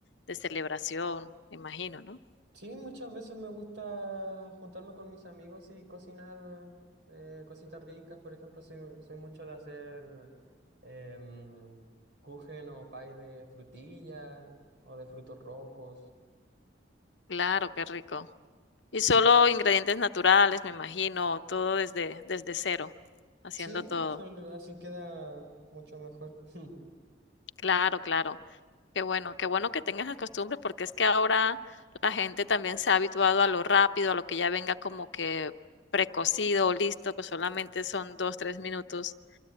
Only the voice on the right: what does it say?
Sí, muchas veces me gusta juntarme con mis amigos y cocinar eh, cositas ricas. Por ejemplo, soy, soy mucho de hacer em, kuchen o pie de frutilla o de frutos rojos.
Sí,
eso lo- así queda mucho mejor. <laughs>